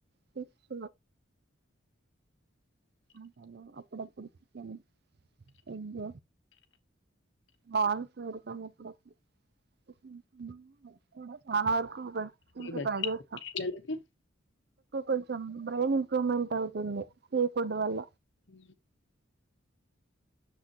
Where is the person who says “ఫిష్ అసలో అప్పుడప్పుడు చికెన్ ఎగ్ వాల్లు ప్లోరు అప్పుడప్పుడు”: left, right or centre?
Right